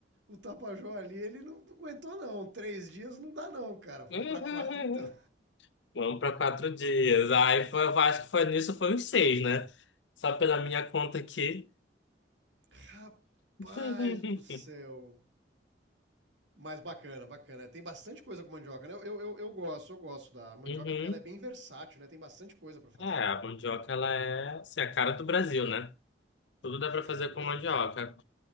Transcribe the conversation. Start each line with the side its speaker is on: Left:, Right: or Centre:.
Right: o Tapajó ali, ele não aguentou não, três dias não dá não, cara, vamos
Left: <laughs>
Right: pra quatro então.
Left: Vamos para quatro dias. Aí foi, eu acho que foi nisso, foi uns seis, né? Só pela minha conta aqui.
Right: <laughs> Rapaz
Left: <laughs>
Right: do céu. Mas bacana, bacana. Tem bastante coisa com mandioca, né? Eu, eu, eu gosto, eu gosto da mandioca.
Left: Uhum.
Right: Ela é bem versátil, né? Tem bastante coisa pra fazer.
Left: É, a mandioca, ela é assim, a cara do Brasil, né? Tudo dá
Right: É
Left: pra
Right: a cara
Left: fazer
Right: do Brasil.
Left: com mandioca.